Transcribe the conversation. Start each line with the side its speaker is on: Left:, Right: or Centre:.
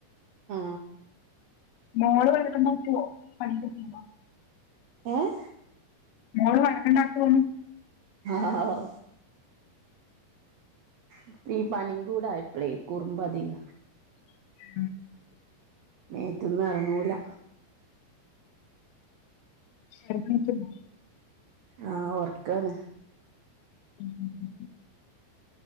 Right: ആ
Left: മോള് വന്ന്ടുണ്ട്റ്റുവോ പണിന്റെ ചെയ്യ് മോ <unintelligible>
Right: ഏഹ്
Left: മോള് വഴക്ക്ണ്ടാക്കോന്ന്
Right: ഹ ഹ ഹാ ഹൗ ഇപ്പിപനിം കൂടായപ്പളേ കുറുമ്പ് അധിക
Left: <unintelligible>
Right: മേത്ത്ന്നറങ്ങൂല
Left: ശർദ്ദിക്കുന്നോ
Right: ആഹ് ഒർക്കാണ്
Left: ഉ ഉംം